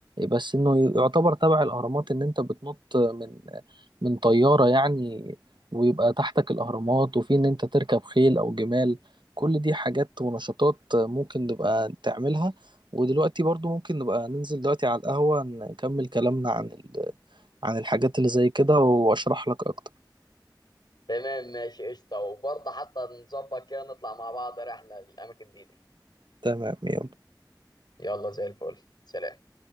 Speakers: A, on the right (about 80°); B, on the left (about 65°).
A: بس انه يعتبر تبع الاهرامات ان انت بتنط من من طيارة يعني ويبقى تحتك الاهرامات وفي ان انت تركب خيل او جمال كل دي حاجات ونشاطات ممكن نبقى تعملها ودلوقتي برضو ممكن نبقى ننزل دلوقتي على القهوة نكمل كلامنا عن ال... عن الحاجات اللي زي كده واشرح لك اكتر
B: تمام ماشي قشطة وبرضه حتى نظبط كده نطلع مع بعض رحلة للأماكن دي دي
A: تمام يلا
B: يلا زي الفل سلام